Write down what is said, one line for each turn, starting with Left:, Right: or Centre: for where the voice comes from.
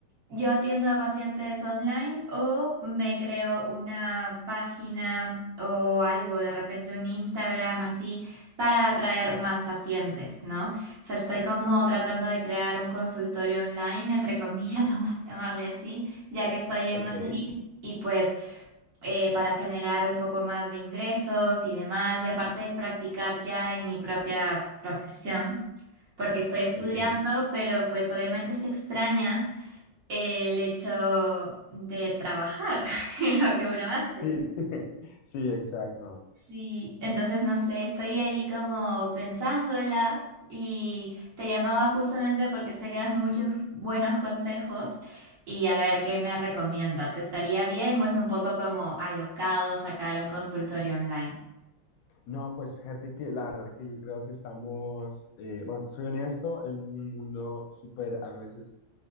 Right: Yo atiendo a pacientes online o me creo una página o algo, de repente un Instagram así, para atraer más pacientes, ¿no? O sea, estoy como tratando de crear un consultorio online, entre comillas, <laughs> vamos a llamarle así, ya que estoy en
Left: Ok,
Right: Madrid y pues eh, para generar un poco más de ingresos y demás, y aparte de practicar ya en mi propia profesión, porque estoy estudiando,
Left: ok.
Right: pero pues obviamente se extraña el hecho de trabajar <laughs> en lo que uno hace.
Left: Sí, <laughs> sí, exacto.
Right: Sí, entonces no sé, estoy ahí como pensándola y te llamaba justamente porque sé que das muchos buenos consejos y a ver qué me recomiendas. ¿Estaría bien o es un poco como alocado sacar un consultorio online?
Left: No, pues fíjate que la verdad que yo creo que estamos, eh, bueno, soy honesto, en un mundo súper a veces